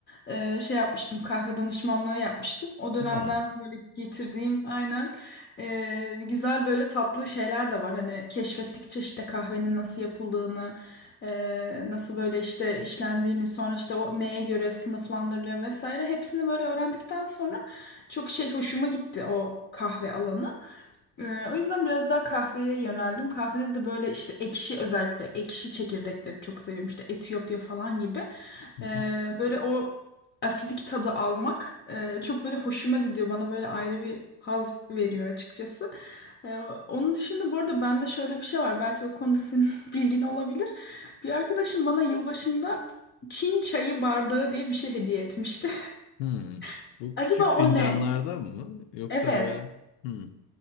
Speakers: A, on the left (about 30°); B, on the left (about 80°).
A: eee, şey yapmıştım kahve danışmanlığı yapmıştım. O dönemden
B: Aa.
A: böyle getirdiğim aynen eee, güzel böyle tatlı şeyler de var. Hani keşfettikçe işte kahvenin nasıl yapıldığını eee, nasıl böyle işte işlendiğini sonra işte o neye göre sınıflandırılıyor vesaire hepsini böyle öğrendikten sonra çok şey hoşuma gitti o kahve alanı. Ee, o yüzden biraz daha kahveye yöneldim. Kahvede de böyle işte ekşi özellikle ekşi çekirdekleri çok seviyorum. İşte Etiyopya falan gibi.
B: Hı
A: Ee,
B: hı.
A: böyle o asidik tadı almak e, çok böyle hoşuma gidiyor. Bana böyle ayrı bir haz veriyor açıkçası. Ee, onun dışında bu arada bende şöyle bir şey var. Belki o konuda senin <laughs> bilgin olabilir. Bir arkadaşım bana yılbaşında Çin çayı bardağı diye bir şey hediye etmişti.
B: Hmm.
A: <laughs>
B: Bu
A: Acaba
B: küçük fincanlardan
A: o ne?
B: mı? Yoksa
A: Evet.
B: böyle... Hmm.